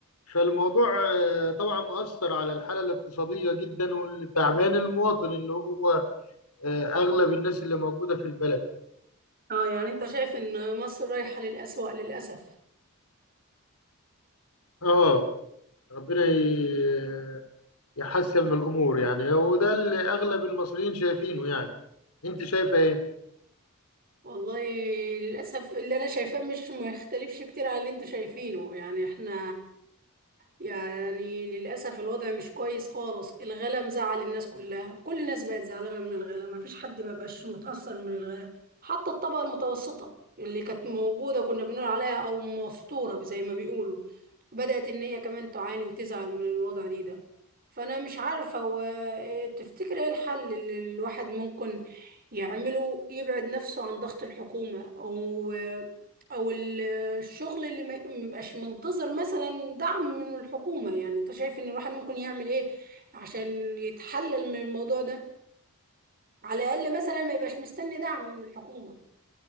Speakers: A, on the left (about 80°); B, on the right (about 40°).
A: فالموضوع آه، طبعا مؤثر على الحالة الاقتصادية جدا والتعبان المواطن اللي هو آه، أغلب الناس اللي موجودة في البلد
B: اه يعني انت شايف ان مصر رايحة للأسوأ للأسف
A: اه ربنا ي- يحسن من الأمور يعني وده اللي أغلب المصريين شايفينه يعني أنت شايفة إيه؟
B: والله للأسف اللي انا شايفاه مش ما يختلفش كتير على اللي انتوا شايفينه يعني احنا يعني للأسف الوضع مش كويس خالص الغلا مزعل الناس كلها كل الناس بقت زعلانة من الغلا مفيش حد مبقاش متأثر من الغلا حتى الطبقة المتوسطة اللي كانت موجودة كنا بنقول عليها أو مستورة زي ما بيقولوا بدأت إن هي كمان تعاني وتزعل من الوضع دي ده فأنا مش عارفة هو إيه تفتكر إيه الحل اللي الواحد ممكن يعمله يبعد نفسه عن ضغط الحكومة أو آه، أو الشغل اللي ما ما يبقاش منتظر مثلا دعم من الحكومة يعني انت شايف ان الواحد ممكن يعمل ايه عشان يتحلل من الموضوع ده على الاقل مثلا ما يبقاش مستني دعم من الحكومة